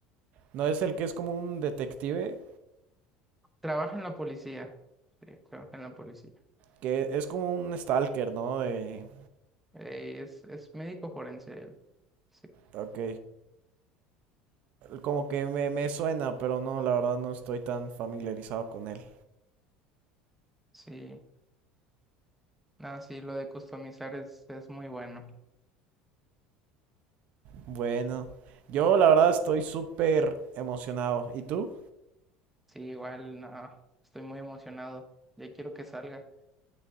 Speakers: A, on the right; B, in the centre.
A: No es el que es como un detective,
B: Trabaja en la policía. Sí, trabaja en la policía.
A: que es como un stalker, ¿no? De...
B: Eh, y es, es médico forense él. Sí,
A: Ok. Como que me, me suena, pero no, la verdad no estoy tan familiarizado con él.
B: sí. No, sí, lo de customizar es, es muy bueno.
A: Bueno, yo la verdad estoy súper emocionado. ¿Y tú?
B: Sí, igual, no, estoy muy emocionado. Ya quiero que salga.